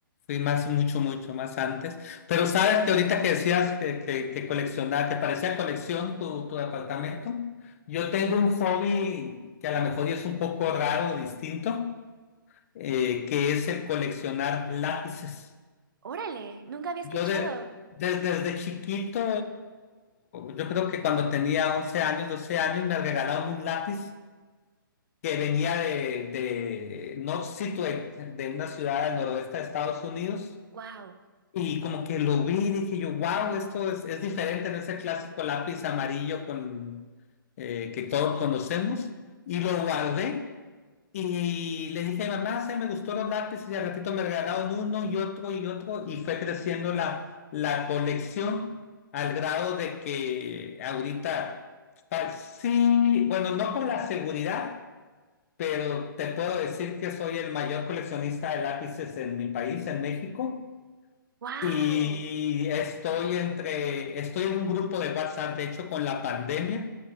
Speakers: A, on the left (about 40°); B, on the right (about 70°).
A: fui más, mucho, mucho más antes. Pero sabes que ahorita que decías que, que, que coleccionaba, que parecía colección tu, tu departamento, yo tengo un hobby que a lo mejor es un poco raro, distinto, eh, que es el coleccionar lápices.
B: Órale, nunca había escuchado.
A: Yo de, des- desde chiquito, yo creo que cuando tenía 11 años, 12 años, me regalaron un lápiz que venía de, de North Situate, de una ciudad al noroeste de Estados Unidos,
B: Wow,
A: y como que lo vi y dije yo, wow, esto es, es diferente en ese clásico lápiz amarillo con, eh, que todos conocemos, y lo guardé. Y le dije, mamá, se me gustó los lápices y al ratito me regalaron uno y otro y otro y fue creciendo la, la colección al grado de que ahorita, fa- sí, bueno, no con la seguridad, pero te puedo decir que soy el mayor coleccionista de lápices en mi país, en México,
B: wow,
A: y estoy entre, estoy en un grupo de WhatsApp, de hecho, con la pandemia,